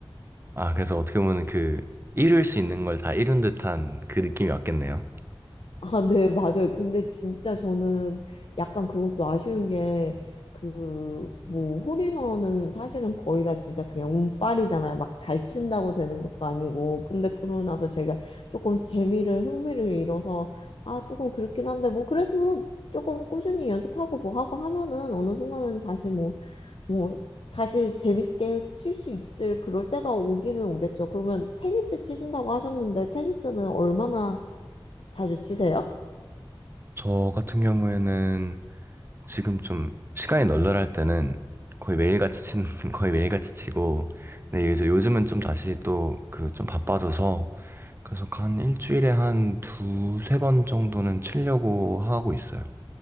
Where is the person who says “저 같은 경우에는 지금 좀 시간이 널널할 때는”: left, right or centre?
Right